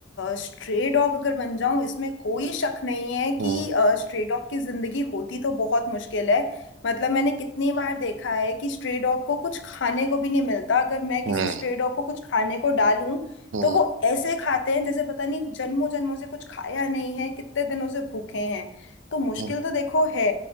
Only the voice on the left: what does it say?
स्ट्रे डॉग अगर बन जाऊं इसमें कोई शक नहीं है
कि स्ट्रे डॉग की जिंदगी होती तो बहुत मुश्किल है मतलब मैंने कितनी बार देखा है कि स्ट्रे डॉग को कुछ खाने को भी नहीं मिलता अगर मैं किसी
स्ट्रे डॉग को कुछ खाने को डालूं
तो वो ऐसे खाते हैं जैसे पता नहीं जन्मों जन्मों से कुछ खाया नहीं है कितने दिनों से भूखे हैं तो मुश्किल
तो देखो है